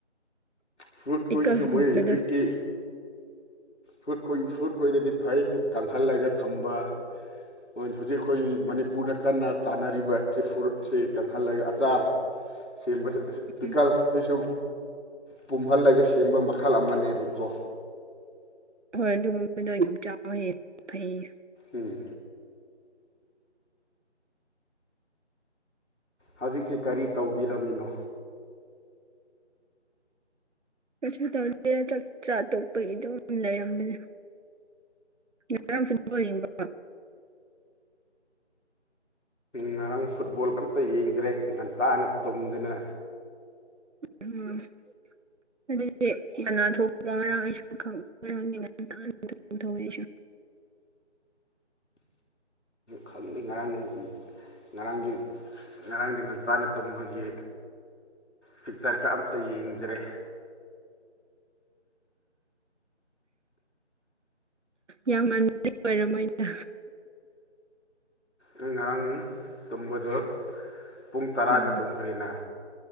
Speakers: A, on the left; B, on the right.
A: ꯐ꯭ꯔꯨꯠ
B: ꯄꯤꯀꯜꯁꯀꯨꯝꯕꯗꯣ
A: ꯈꯣꯏꯁꯤꯁꯨ ꯃꯣꯏ ꯍꯧꯖꯤꯛꯇꯤ ꯐ꯭ꯔꯨꯠꯈꯣꯏ ꯐ꯭ꯔꯨꯠꯈꯣꯏꯗꯗꯤ ꯐꯩ ꯀꯥꯡꯍꯜꯂꯒ ꯊꯝꯕ ꯍꯣꯏ ꯍꯧꯖꯤꯛ ꯑꯩꯈꯣꯏ ꯃꯅꯤꯄꯨꯔꯗ ꯀꯟꯅ ꯆꯥꯟꯅꯔꯤꯕ ꯑꯁꯤ ꯐꯨꯔꯨꯠꯁꯤ ꯀꯪꯍꯜꯂꯒ ꯑꯆꯥꯔ ꯁꯦꯝꯕ ꯑꯁꯤ ꯄꯤꯀꯜ
B: ꯎꯝ
A: ꯁꯤꯁꯨ ꯄꯨꯝꯍꯜꯂꯒ ꯁꯦꯝꯕ ꯃꯈꯜ ꯑꯃꯅꯦꯕꯀꯣ
B: ꯍꯣꯏ ꯑꯗꯨꯒꯨꯝꯕꯗꯨ ꯌꯥꯝ ꯆꯥꯎꯌꯦ ꯍꯥꯏꯌꯦ ꯐꯩꯌꯦ
A: ꯎꯝ ꯍꯧꯖꯤꯛꯁꯤ ꯀꯔꯤ ꯇꯧꯕꯤꯔꯝꯃꯤꯅꯣ
B: ꯀꯩꯁꯨ ꯇꯧꯗꯦ ꯆꯥꯛ ꯆꯥ ꯇꯣꯛꯄꯒꯤ ꯑꯗꯨꯝ ꯂꯩꯔꯝꯕꯅꯤ ꯉꯔꯥꯡꯁꯨ ꯑꯗꯨꯝ ꯕꯣꯜ ꯌꯦꯡꯕꯔꯣ
A: ꯉꯔꯥꯡ ꯐꯨꯠꯕꯣꯜ ꯀ ꯑꯝꯇ ꯌꯦꯡꯗ꯭ꯔꯦ ꯉꯟꯇꯥꯅ ꯇꯨꯝꯗꯅ
B: ꯎꯝ <unintelligible> <inaudible> ꯑꯗꯨꯗꯤ ꯀꯅ ꯊꯣꯛꯄꯥꯔ ꯉꯔꯥꯡ ꯑꯩꯁꯨ ꯈꯪ ꯉꯔꯥꯡꯗꯤ ꯉꯥꯟꯇꯅ ꯇꯨꯃꯊꯣꯛꯑꯦ
A: ꯈꯪꯗꯦ ꯉꯔꯥꯡ ꯉꯔꯥꯡꯒꯤ ꯉꯔꯥꯡꯗꯤ ꯉꯟꯇꯅ ꯇꯨꯝꯕꯒꯤ ꯐꯤꯛꯀꯔꯒꯥ ꯑꯝꯇ ꯌꯦꯡꯗ꯭ꯔꯦ
B: ꯌꯥꯝ ꯉꯟꯕꯥꯗꯤ ꯑꯣꯏꯔꯝꯃꯣꯏꯗ
A: ꯑꯩ ꯉꯔꯥꯡ ꯇꯨꯝꯕꯗꯣ ꯄꯨꯡ ꯇꯔꯥꯗ
B: ꯎꯝ
A: ꯇꯨꯝꯈ꯭ꯔꯦꯅ